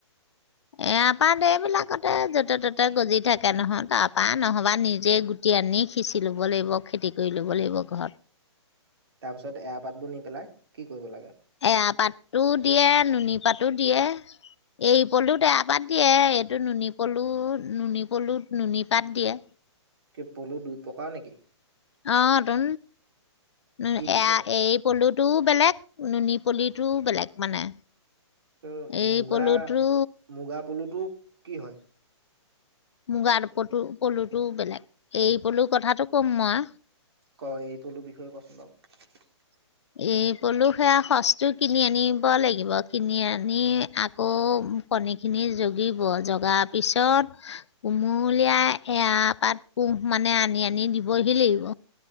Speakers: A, on the left; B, on the right.
A: এয়পা দেবিলাকতে য'তে ত'তে গজি থাকে নহয় তাৰপৰা নহবা নিজেই গুটি আনি সিঁচি ল'ব লাগিব খেতি কৰি ল'ব লাগিব ঘৰত
B: তাৰ পিছত এৰা পাতবোৰ নি পেলাই কি কৰিব লাগে
A: এৰা পাতো দিয়ে নুনী পাতো দিয়ে এই পলুত এৰা পাত দিয়ে এইটো নুনী পলু নুনী পলুত নুনী পাত দিয়ে
B: কি পলু দুটকা নেকি
A: অটু এয়া
B: কি কি প্ৰকাৰ
A: এৰি পলুটো বেলেগ নুনী পুলিটো বেলেগ মানে
B: ত
A: এৰী
B: মুগা
A: পলুটো
B: মুগা বলুট কি হয়
A: মুগাৰ পলু পলুটো বেলেগ এই পলুৰ কথাটো ক'ম মই
B: ক এৰিপলুটো বিষয়ে কচোন বাৰু
A: এই পলু সেয়া সচ্তটো কিনি আনিব লাগিব কিনি আনি আকৌ কণী খিনি জগিব জগাৰ পিছত কুমলীয়াই এৰা পাত কুহ মানে আনি আনি দিবহি লাগিব